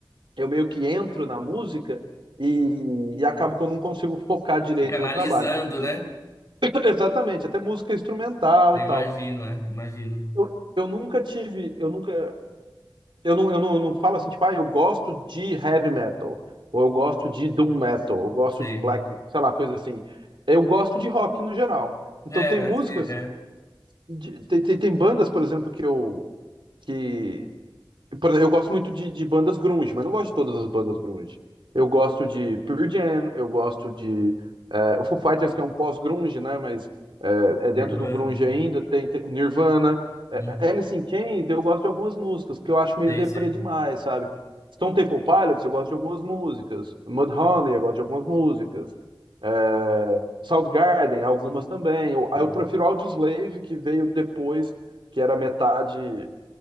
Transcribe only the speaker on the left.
Fica analisando,
né?
Eu
imagino, é, imagino.
Sei.
É,
acho que é.
Nirvana,
né?
Uhum.
Sei,
sei,
sei.